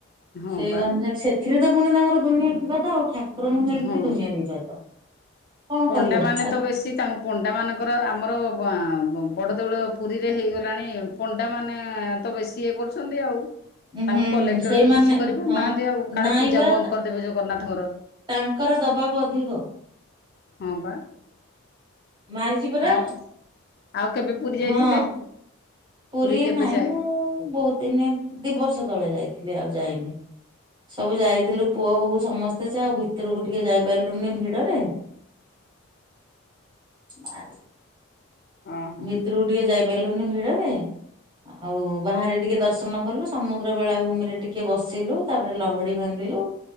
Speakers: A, on the left; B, on the right.
A: ହଁ
B: ସେଇ
A: ପା
B: ଅନୁଯାୟୀ ପୁଣି ତାଙ୍କର ଦୁନିଆ ବିବାଦ ଆଉ ଠାକୁରଙ୍କୁ ନେଇକି
A: ହଁ
B: ବି ଦୁନିଆ ବିବାଦ। କଣ
A: ପଣ୍ଡା
B: କରିବ
A: ମାନେ
B: ଆ
A: ତ ବେଶୀ ସେ ତାଙ୍କ ପଣ୍ଡାମାନଙ୍କର ଆମର ବ ଆଁ ବଡ଼ଦେଉଳ ପୁରୀରେ ହେଇଗଲାଣି ପଣ୍ଡା ମାନେ ତ ବେଶୀ ଇଏ କରୁଛନ୍ତି ଆଉ।
B: ହୁଁ
A: ତାଙ୍କୁ କଲେକ୍ଟର
B: ହୁଁ ସେଇମାନେ
A: ବି କିଛି କରିପାରୁନାହାନ୍ତି
B: ହଁ
A: ଆଉ କାଳେ
B: ନାଇଁ
A: ପୂଜା
B: ବା
A: ବନ୍ଦ କରିଦେବେ ଜଗନ୍ନାଥଙ୍କର।
B: ତାଙ୍କର ଦବାବ ଅଧିକ।
A: ହଁ ବା
B: ମାରିଛି ପରା
A: ଆଉ ଆଉ କେବେ ପୁରୀ ଯାଇଥିଲେ?
B: ହଁ ପୁରୀ
A: କେବେ
B: ନାହିଁ
A: ଯାଏ
B: ମୁଁ ବହୁତ ଦିନ ଦି ବର୍ଷ ତଳେ ଯାଇଥିଲି ଆଉ ଯାଇନି। ସବୁ ଯାଇଥିଲୁ ପୁଅ ବୋହୂ ସମସ୍ତେ ଯେ ଆଉ ଭିତରକୁ ଟିକେ ଯାଇପାରିଲୁନି ଭିଡରେ।
A: <inaudible>
B: ବା <unintelligible> ର
A: ଓହୋ
B: ଭିତୁରୁକୁ ଟିକେ ଯାଇ ପାରିଲୁନି ଭିଡରେ। ଆଉ ବାହାରେ ଟିକେ ଦର୍ଶନ କଲୁ ସମୁଦ୍ର ବେଳାଭୂମି ରେ ଟିକେ ବସିଲୁ। ତାପରେ ଲହଡି ଭାଙ୍ଗିଲୁ